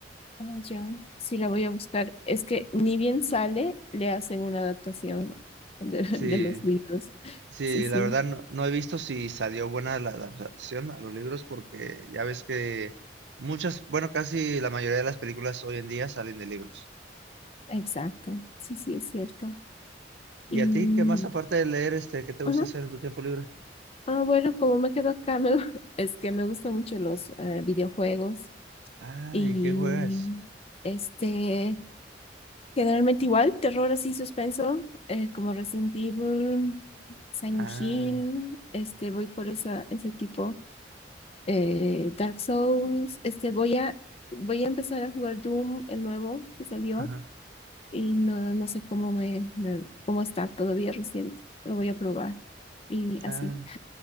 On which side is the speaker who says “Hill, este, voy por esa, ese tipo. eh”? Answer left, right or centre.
Left